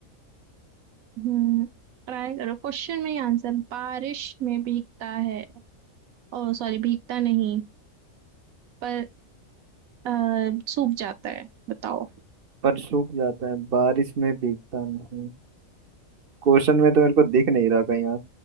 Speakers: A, on the right; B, on the right.
A: हम्म ट्राई करो क्वेश्चन में ही आंसर बारिश में भीगता है ओ सॉरी भीगता नहीं पर अ, सूख जाता है बताओ
B: पर सूख जाता है बारिश में भीगता नहीं क्वेश्चन में तो मेरे को दिख नहीं रहा कहीं यार